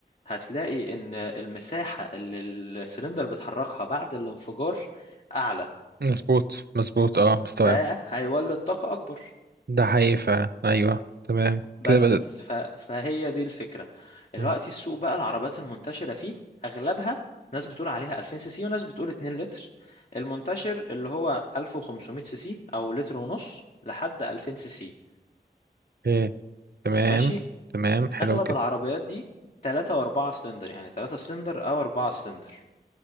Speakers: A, on the left; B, on the right.
A: هتلاقي ان المساحة اللي السلندر بيتحركها بعد الانفجار اعلى
B: مظبوط مظبوط اه مستوعب
A: فهيولد طاقة أكبر
B: ده حقيقي فعلا ايوه تمام
A: بس
B: كده بدأت
A: ف... فهي دي الفكرة دلوقتي
B: مم.
A: السوق بقى العربيات المنتشرة فيه أغلبها ناس بتقول عليها 2000 سي سي وناس بتقول 2 لتر المنتشر اللي هو 1500 سي سي أو لتر ونص لحد 2000 سي سي
B: ايه تمام
A: ماشي
B: تمام حلو
A: أغلب
B: كده
A: العربيات دي 3 و4 سلندر يعني 3 سلندر أو 4 سلندر